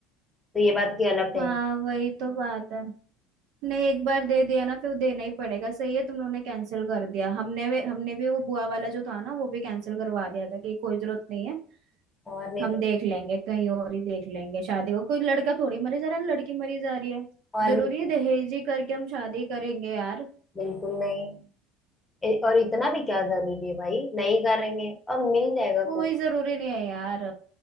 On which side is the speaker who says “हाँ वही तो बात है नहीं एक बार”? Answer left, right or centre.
Right